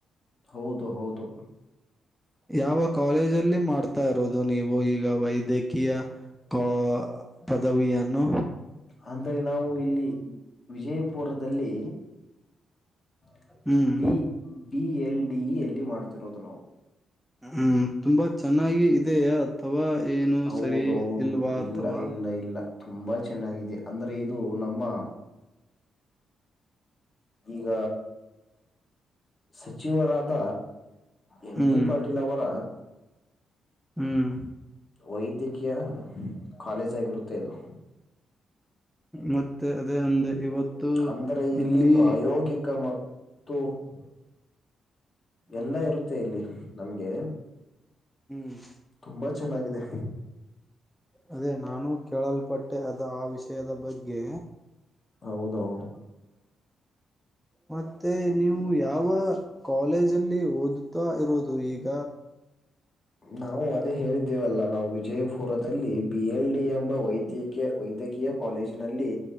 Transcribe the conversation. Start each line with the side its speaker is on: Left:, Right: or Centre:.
Left: ಹೌದು ಹೌದು
Centre: ಯಾವ ಕಾಲೇಜಲ್ಲಿ ಮಾಡ್ತಾ ಇರೋದು ನೀವು ಈಗ ವೈದ್ಯಕೀಯ <unintelligible> ಪದವಿಯನ್ನು
Left: ಅಂದ್ರೆ ನಾವು ಇಲ್ಲಿ ವಿಜಯಪುರದಲ್ಲಿ <unintelligible>
Centre: ಹ್ಮ್
Left: ಬಿ ಎಲ್ ಡಿ <unintelligible> ಅಲ್ಲಿ ಮಾಡ್ತಿರೋದು.
Centre: ಹ್ಮ್ ತುಂಬಾ ಚೆನ್ನಾಗಿ ಇರ್ ಇದೆಯಾ ಅಥವಾ ಏನು
Left: ಹೌದು
Centre: ಸರಿ
Left: ಹೌದು
Centre: ಇಲ್ವಾ ಅಥವಾ
Left: <unintelligible> ಇಲ್ಲ ತುಂಬಾ ಚೆನ್ನಾಗಿದೆ ಅಂದ್ರೆ ಇದು ನಮ್ಮ ಈಗ ಸಚಿವರಾದ ಎಂ
Centre: ಹ್ಮ್
Left: ಬಿ ಪಾಟೀಲ್ ಅವರ
Centre: ಹ್ಮ್
Left: ವೈದ್ಯಕೀಯ ಕಾಲೇಜ್ ಆಗಿರುತ್ತೆ ಇದು.
Centre: ಮತ್ತೆ ಅದೇ ಅಂದೆ. ಇವತ್ತು
Left: ಅಂದ್ರೆ
Centre: ಇಲ್ಲಿ
Left: ಪ್ರಾಯೋಗಿಕ <unintelligible> ಎಲ್ಲಾ
Centre: ಹ್ಮ್
Left: ಇರುತ್ತೆ ಇಲ್ಲಿ ನಮ್ಗೆ.
Centre: ಹ್ಮ್
Left: ತುಂಬ ಚೆನ್ನಾಗಿದೆ.
Centre: ಅದೇ ನಾನು ಕೇಳಲ್ಪಟ್ಟೆ ಅದ ಆ ವಿಷಯದ ಬಗ್ಗೆ.
Left: ಹೌದೌದ್.
Centre: ಮತ್ತೆ ನೀವು ಯಾವ ಕಾಲೇಜಲ್ಲಿ ಓದುತ್ತಾ ಇರೋದು ಈಗ.
Left: ನಾವು ಅದೇ ಹೇಳಿದ್ದೇವಲ್ಲಾ ನಾವು ವಿಜಯಪುರದಲ್ಲಿ ಬಿ ಎಲ್ ಡಿ ಎಂಬ ವೈದ್ಯ <unintelligible> ವೈದ್ಯಕೀಯ ಕಾಲೇಜಿನಲ್ಲಿ